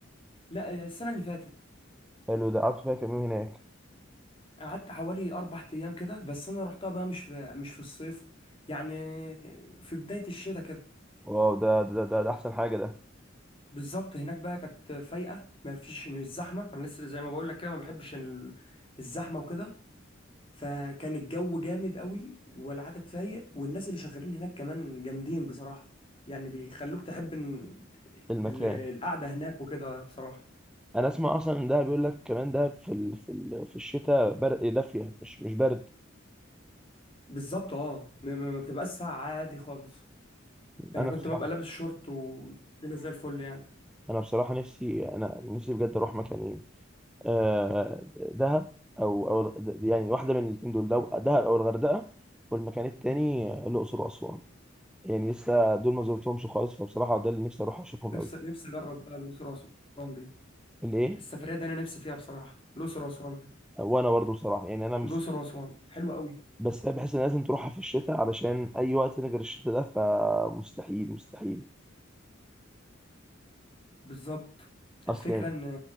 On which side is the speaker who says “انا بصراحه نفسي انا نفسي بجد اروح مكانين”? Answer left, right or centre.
Centre